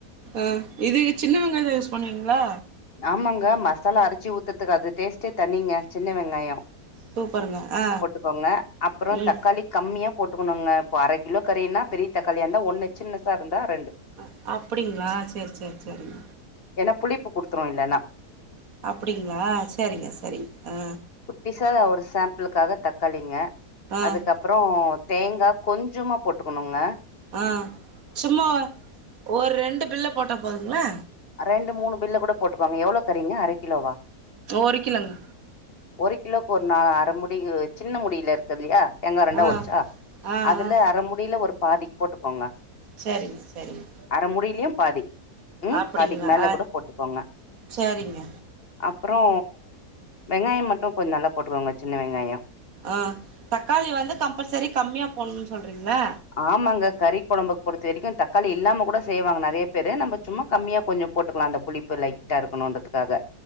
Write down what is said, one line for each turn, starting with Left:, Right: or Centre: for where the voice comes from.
Right: உ இது சின்ன வெங்காயந்தாயூஸ் பண்வீங்ளா
Left: ஆமாங்க மசாலா அரச்சு ஊத்துறதுக்கு அது டேஸ்ட்டே தனிங்க சின்ன வெங்காயொ
Right: சூப்பருங்க ஆ
Left: போட்டுக்கோங்க அப்பறோ
Right: ம்
Left: தக்காளி கம்மியா போட்டுகனுங்க இப்போ அர கிலோ கறினா பெரிய தக்காளியா இருந்தா ஒன்னு சின்னசா இருந்தா ரெண்டு
Right: உ அப்டிங்ளா செரி செரி செரிங்க
Left: ஏனா புளிப்பு குடுத்துரு இல்லனா
Right: அப்டிங்ளா சரிங்க சரிங்க ஆ
Left: குட்டிஸா ஒரு சாம்பிளுக்காக தக்காளிங்க
Right: ஆ
Left: அதுக்கப்பறொ தேங்கா கொஞ்சமா போட்டுகனுங்க
Right: ஆ சும்மா ஒரு ரெண்டு பில்ல போட்டா போதுங்ளா
Left: ரெண்டு மூணு பில்ல கூட போட்டுக்கங்க எவ்ளோ கறிங்க அர கிலோவா
Right: ஒரு கிலோங்க
Left: ஒரு கிலோக்கு ஒரு நா அர முடி சின்ன முடில இருக் குதுல்லயா தேங்கா ரெண்டா
Right: ஆ
Left: ஒடச்சா
Right: ஆ
Left: அதுல
Right: ஆ
Left: அர முடில ஒரு பாதி போட்டுக்கோங்க
Right: செரிங்க செரிங்க
Left: அர மூடிலயு பாதி உ
Right: அப்படிங்களா
Left: பாதிக்கு மேல
Right: ஆ
Left: கூட போட்டுக்கோங்க
Right: சரிங்க
Left: அப்பறோ வெங்காயொ மட்டு கொஞ்ச நல்லா போட்டுக்கோங்க சின்ன வெங்காயொ
Right: ஆ தக்காளி வந்து கம்பல்சரி கம்மியா போடணுனு சொல்றீங்ளா
Left: ஆமாங்க கறி கொழம்புக்கு பொறுத்த வரைக்கு தக்காளி இல்லாம கூட செய்வாங்க நெறைய பேரு நம்ம சும்மா கம்மியா கொஞ்சொ போட்டுக்லா அந்த புளிப்பு லைட்டா இருக்கணுன்றதுக்காக